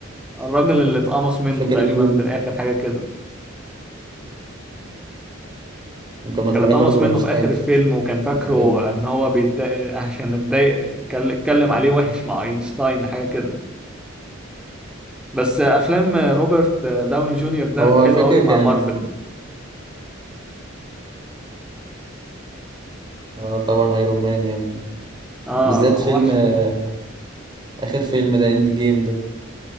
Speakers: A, in the centre; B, on the right.
A: الراجل اللي اتقمص منه
B: مش فاكر
A: تقريبا
B: الدور
A: في الاخر حاجه كده
B: كانوا طالعين
A: كان اتقمص
B: برضو
A: منه
B: أينشتاين
A: في اخر
B: في
A: الفيلم وكان فاكره
B: الفيلم
A: ان هو بيتضايق عشان اتضايق اتكل- اتكلم عليه وحش مع اينشتاين حاجه كده بس افلام روبرت داوني جونيور ده
B: هو
A: حلو
B: فاكر
A: قوي
B: كان
A: مع مارفل
B: آه طبعا أيرون مان يعني
A: اه
B: بالذات فيلم
A: وحش
B: آه
A: ال-
B: آخر فيلم ده إند جيم ده